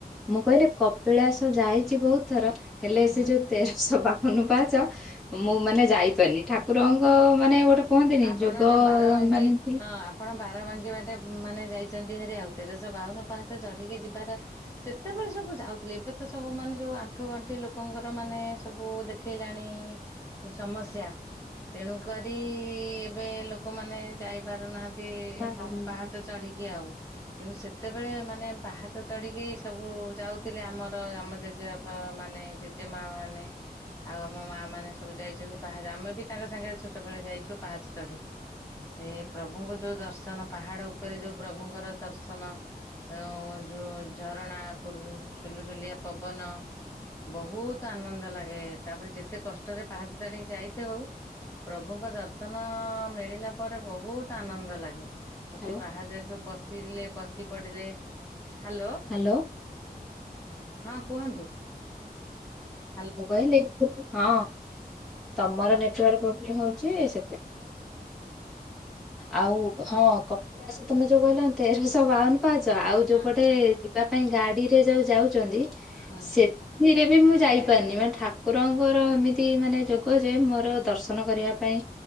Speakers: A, in the centre; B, on the left (about 15°).
A: ମୁଁ କହିଲି କପିଳାସ ଯାଇଛି ବହୁତ ଥର। ହେଲେ
B: ହୁଁ
A: ସେ ଯୋଉ ତେରଶହ ବାଉନ ପାହାଚ,
B: ହୁଁ।
A: ମୁଁ ମାନେ ଯାଇପାରିନି, ଠାକୁରଙ୍କ ମାନେ ଗୋଟେ କୁହନ୍ତିନି
B: ଆପଣ
A: ଯୋଗ
B: ଯୋଉ, ବାରବାଙ୍କୀ,
A: ମାନେ ଥିଲେ-
B: ହଁ ଆପ୍ ଆପଣ ବାରବାଙ୍କୀବାଟେ ମାନେ ଯାଇଛନ୍ତି ହାରି ଆଉ। ତେରଶହ ବାଉନ ପାହାଚ ଚଢ଼ିକି ଯିବାର ସେତେବେଳେ ସବୁ ଯାଉଥିଲେ। ଏବେ ତ ସବୁ ମାନେ ଯୋଉ ଆଣ୍ଠୁ ଗଣ୍ଠି ଲୋକଙ୍କର ମାନେ ସ ସବୁ ଦେଖେଇଲାଣି ସମସ୍ୟା। ତେଣୁ କରି ବି-ଇ-ଇ ଏବେ ଲୋକମାନେ ଯାଇପାରୁନାହାଁନ୍ତି। ତେ-ଏ
A: ହଁ ନାଇଁ-
B: ପାହଚ ଚଢ଼ିକି ଆଉ। କିନ୍ତୁ ସେତ୍ ତେବେଳେ ମାନେ ପାହାଚ ଚଢ଼ିକି ସବୁ ଯାଉ ଥିଲେ, ଆମର ଆମ ଜେଜେବାପା ମାନେ, ଜେଜେମା ମାନେ ଆଉ, ଆମ ମାଁ ମାନେ ସବୁ ଯାଇଛନ୍ତି ପାହାଚ, ଆମେ ବି ତାଙ୍କ ସାଙ୍ଗେ ଛୋଟବେଳେ ଯାଇଛୁ ପାହାଚ ଚଢି। ସେ ପ୍ରଭୁଙ୍କ ଯୋଉ ଦର୍ଶନ! ପାହାଡ ଉପରେ ଯୋଉ ପ୍ରଭୁଙ୍କର ଦର୍ଶନ ଉଁ ଯଉଁ ଝରଣା କୁ ସୁଲୁସୁଲିଆ ପବନ ବହୁତ ଆନନ୍ଦ ଲାଗେ। ତା'ପରେ ଯେତେ କଷ୍ଟରେ ପାହାଚ ଚଢ଼ିକି ଯାଇଥାଉ। ପ୍ରଭୁଙ୍କ ଦର୍ଶନ-ଅ ମିଳିଲା ପରେ ବହୁତ ଆନନ୍ଦ ଲାଗେ। ଆଉ,
A: ହ୍ୟାଲୋ
B: ସେ ପାହଚରେ ସବୁ ବସିଲେ, ବସିପଡିଲେ, ହାଲୋ!
A: ହାଲୋ।
B: ହଁ କୁହନ୍ତୁ। ହୁଁ।
A: ମୁଁ କହିଲି, ହଁ, ତମର
B: ହଁ
A: ନେଟୱାକ୍ ପ୍ରୋବ୍ଲେମ୍ ହଉଛି, ସେତ୍ ଆଉ, ହଁ କପିଳାସ ତମେ ଯୋଉ କହିଲ ତେରଶହ ବାଉନ ପାହାଚ। ଆଉ,
B: ହଁ
A: ଯୋଉପଟେ ଯିବା ପାଇଁ ଗାଡିରେ ଯୋଉ ଯାଉଛନ୍ତି।
B: ହୁଁ
A: ସେ ଥିରେ ବି ମୁଁ ଯାଇପାରିନି। ମାନେ ଠାକୁରଙ୍କର ଏମିତି ମାନେ ଯୋଗ ଯେ, ମୋର ଦର୍ଶନ କରିବା ପାଇଁ